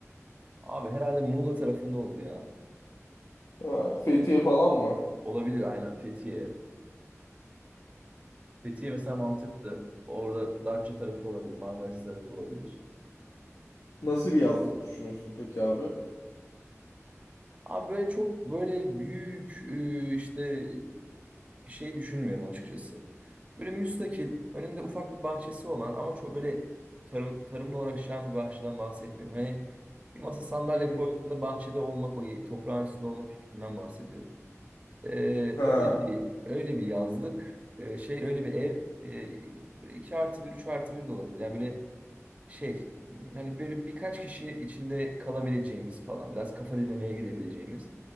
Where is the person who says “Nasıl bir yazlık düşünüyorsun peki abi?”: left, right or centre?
Left